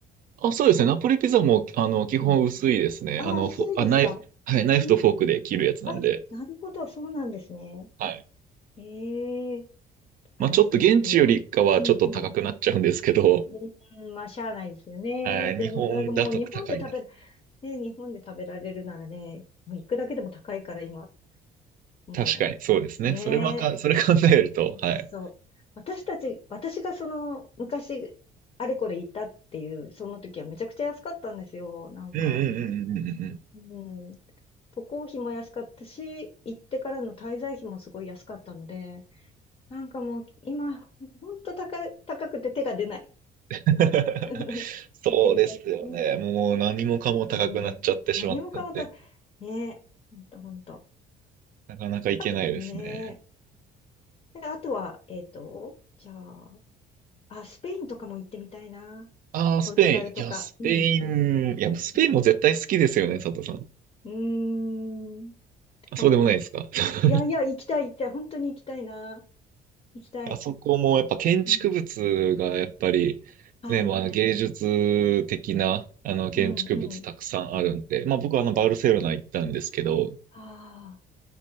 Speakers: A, on the right; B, on the left.
A: あ、そうですね。ナポリピザも、あの、基本薄いですね。
B: うん。あ、
A: あの、
B: 薄いですか
A: フォあ、ナイフ、はい、ナイフとフォークで切るやつなんで。
B: うーん。あ、なるほど、そうなんですね。
A: はい。
B: ええ探していってみよう。
A: まあ、ちょっと現地よりかはちょっと高くなっちゃうんですけど、
B: うんうん。うーん、まあ、しゃあないですよね。
A: はい、
B: でも、
A: 日本だと高いです。
B: だいぶもう日本で食べる、ね、日本で食べられるならね、もう行くだけでも高いから今、も
A: 確かに、そうですね。
B: う、ねえ、
A: それまか、それ考えると、はい。
B: そうそう。私たち、私がその、昔、あれこれ行ったっていう、その時はめちゃくちゃ安かったんですよ、なんか。
A: うんうんうんうんうんうん。
B: うん。渡航費も安かったし、行ってからの滞在費もすごい安かったので、なんかもう今、ほんと高、高くて手が出ない。
A: <laughs>
B: うん <laughs>
A: そうですよね。
B: 行ってみたいけどね。
A: もう何もかも高くなっちゃってしまったんで。
B: うん。何もかもた、ねえ、ほんとほんと。
A: なかなか行けないですね。
B: あと、ねえ。であとは、えっと、じゃあ、あ、スペインとかも行ってみたいな。
A: ああ、
B: ポルトガルとか。
A: スペイン。いや、スペイン。
B: うん。
A: いや、もうスペインも絶対好きですよね、
B: うん。
A: 佐藤さん。
B: うーん。かも。
A: あ、そうでもないですか。<laughs>
B: いやいや、行きたい、行きたい。本当に行きたいな。行きたい。
A: あそこもやっぱ建築物がやっぱり、
B: うん。はい。
A: ね、もうあの芸術的なあの建築物たくさんあるんで、
B: うん、うん。
A: まあ僕はあのバルセロナ行ったんですけど、
B: ああ、